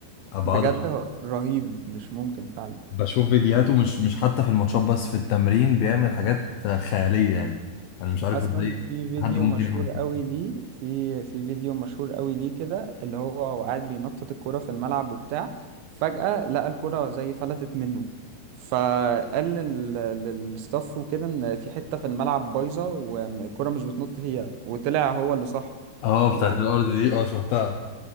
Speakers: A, on the left; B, on the right.
A: بقعد
B: بجد هو رهيب مش ممكن فعلا
A: بشوف فيديوهاته مش مش حتى في الماتشات بس في التمرين بيعمل حاجات خيالية يعني أنا مش عارف
B: اصلا
A: إزاي
B: في فيديو
A: حد ممكن
B: مشهور
A: يعمل
B: قوي
A: كده
B: ليه في في فيديو مشهور قوي ليه كده اللي هو هو قاعد بينطط الكرة في الملعب وبتاع فجأة لقى الكرة زي فلتت منه فقال لل- للستاف وكده ان في حتة في الملعب بايظة والكرة مش بتنط فيها وطلع هو اللي صح
A: اه بتاعت
B: يعني
A: الأرض دي اه شفتها